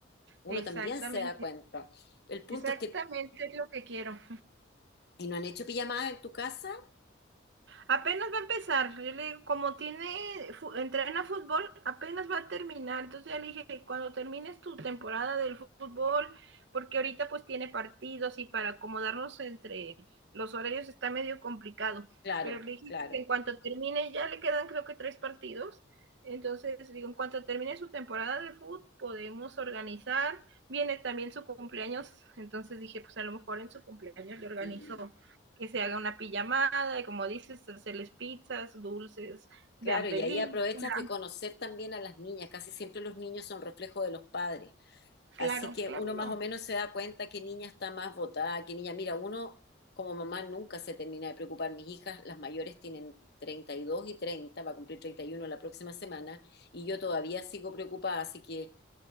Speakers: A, on the left (about 55°); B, on the right (about 60°).
A: uno
B: Exactamente.
A: también se da cuenta. El punto
B: Exactamente,
A: es que,
B: es lo que quiero.
A: ¿y no han hecho pijamadas en tu casa?
B: Apenas va a empezar, yo le digo, como tiene, fu- entrena fútbol, apenas va a terminar. Entonces ya le dije, cuando termines tu temporada del fu- fútbol, porque ahorita pues tiene partidos y para acomodarnos entre los horarios está medio complicado.
A: Claro,
B: Pero le dije
A: claro.
B: que en cuanto termine, ya le quedan creo que tres partidos. Entonces, digo, en cuanto termine su temporada de fútbol, podemos organizar. Viene también su cumpleaños, entonces dije, pues a lo mejor en su cumpleaños le organizo
A: Sí,
B: que se haga una pijamada, y como dices, hacerles pizzas, dulces, vean
A: Claro, y
B: películas,
A: ahí aprovechas de conocer también a las niñas. Casi siempre los niños son reflejo de los padres.
B: claro,
A: Así que
B: claro.
A: uno más o menos se da cuenta qué niña está más votada, qué niña. Mira, uno como mamá nunca se termina de preocupar. Mis hijas, las mayores, tienen treinta y dos y treinta va a cumplir 31 la próxima semana, y yo todavía sigo preocupada, así que